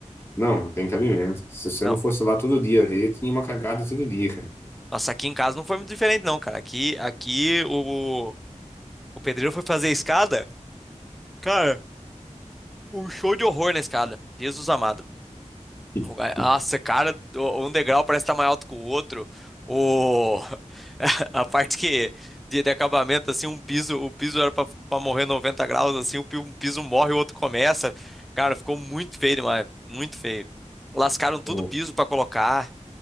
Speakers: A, on the left; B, in the centre.
A: não, não tem cabimento. Se você
B: Não,
A: não fosse lá todo dia ver, tinha uma cagada todo dia, cara.
B: nossa, aqui em casa não foi muito diferente, não, cara. Aqui, aqui o, o pedreiro foi fazer a escada, cara, um show de horror na escada. Jesus amado.
A: <laughs>
B: O ga- Nossa, cara, o- um degrau parece estar mais alto que o outro. O... <laughs> A parte que de, de acabamento, assim, um piso, o piso era para morrer 90 graus, assim, o pi- um piso morre, o outro começa. Cara, ficou muito feio demais, muito feio. Lascaram tudo
A: O,
B: o piso para colocar,